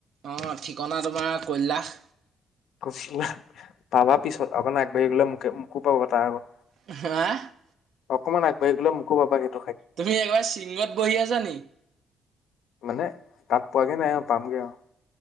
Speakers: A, on the right; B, on the left.
A: অ ঠিকনা তোমাৰ কৈলাশ
B: কৈছিলা পাবা পিছত অকণ আগবাঢ়ি গ'লে মোকে মোকো পাব তাৰ আগত
A: <unintelligible>
B: অকমান আগাবাঢ়ি গলে মোকো পাবহি
A: তুমি একেবাৰে শিংগত বহি আছা নেকি
B: মানে তাত পোৱাগে নাই আৰু পামগে আও